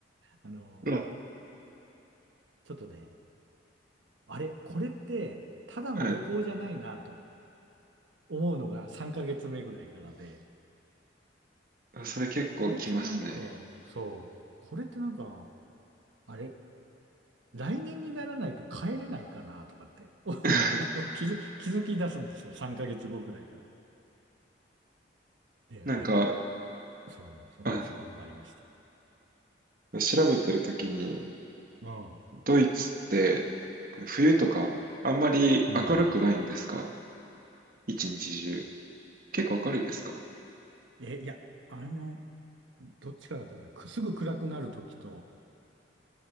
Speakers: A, on the right; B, on the right.
A: あの、
B: うわ、
A: ちょっとね、あれ、これって、ただの旅行じゃないなと
B: はい。
A: 思うのが3ヶ月目ぐらいからで、
B: あそれ結構きますね。
A: これってなんか、そう、これってなんか、あれ、来年にならないと帰れないかなとかって <laughs>、あの気づ、
B: <laughs>
A: 気づき出すんですよ。3ヶ月後ぐらいから。で、
B: なんか、
A: あれそう、その不安がありました。
B: あ、調べてるときに、
A: うん。
B: ドイツって冬とかあんまり明るくないんですか
A: うん。
B: 一日中。結構明るいですか
A: え、いや、あの、どっちかだとね、くすぐ暗くなるときと、